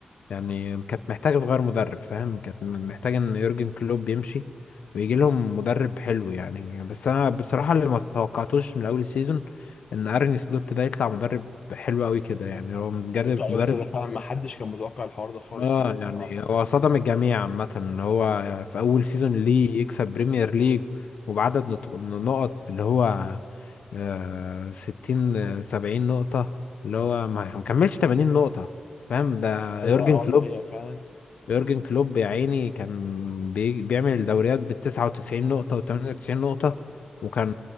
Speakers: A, on the left; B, on the left.
A: يعني كانت محتاجة تغير مدرب فاهم كانت محتاجة ان يورجن كلوب يمشي ويجي لهم مدرب حلو يعني بس انا بصراحة اللي ما توقعتوش من اول السيزون ان ارني سلوت ده يطلع مدرب حلو قوي كده يعني هو مدرب
B: على فكره
A: مدرب
B: أيوة، بس ده فعلا ما حدش كان متوقع الحوار ده خالص
A: اه
B: ان هو يطلع
A: يعني
B: تحفه
A: هو صدم الجميع عامة ان هو في اول سيزون ليه يكسب بريمير ليج وبعدد نط- نقط اللي هو آه، ستين سبعين نقطة اللي هو ما مكملش تمانين نقطة فاهم ده
B: ده
A: يورجن
B: ده اه
A: كلوب
B: ده هي فعلا
A: يورجن كلوب يا عيني كان بي... بيعمل الدوريات بال 99 نقطة و 98 نقطة وكان